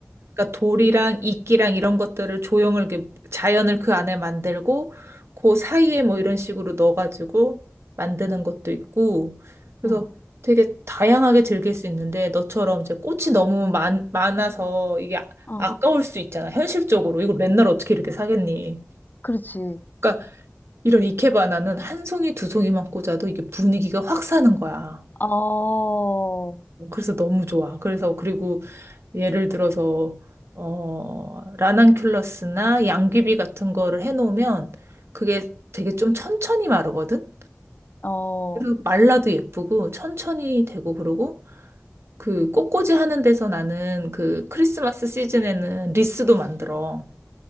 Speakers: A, on the right; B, on the left.
A: 그러니까 돌이랑 이끼랑 이런 것들을 조형을 이렇게 자연을 그 안에 만들고 그 사이에 뭐 이런 식으로 넣어가지고 만드는 것도 있고 그래서
B: 어,
A: 되게 다양하게 즐길 수 있는데 너처럼 이제 꽃이 너무 많, 많아서 이게 아-
B: 어,
A: 아까울 수 있잖아. 현실적으로 이걸 맨날 어떻게 이렇게 사겠니?
B: 그렇지.
A: 그러니까 이런 이케바나는 한 송이 두 송이만 꽂아도 이게 분위기가 확 사는 거야.
B: 어, 어,
A: 어, 그래서 너무 좋아. 그래서 그리고 예를 들어서 어 라난큘러스나 양귀비 같은 거를 해놓으면 그게 되게 좀 천천히 마르거든.
B: 어,
A: 그리고 말라도 예쁘고 천천히 되고 그러고 그 꽃꽂이 하는 데서 나는 그 크리스마스 시즌에는 리스도 만들어.